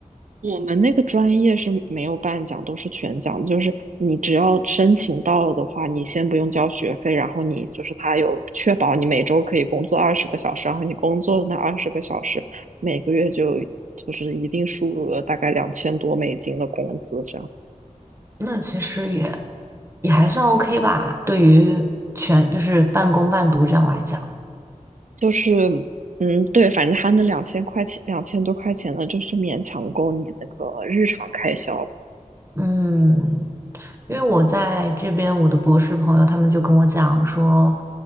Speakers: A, on the right; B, on the right.
A: 我们那个专业是没有半奖，都是全奖的就是你只要申请到了的话，你先不用交学费，然后你就是他有确保你每周可以工作二十个小时，然后你工作的那二十个小时，每个月就就是一定数额，大概两千多美金的工资这样。
B: 那其实也也还算 OK 吧，对于全就是半工半读这样来讲。
A: 就是嗯，对，反正他那两千块钱，两千多块钱呢，就是勉强够你那个日常开销吧。
B: 嗯，因为我在这边，我的博士朋友他们就跟我讲说，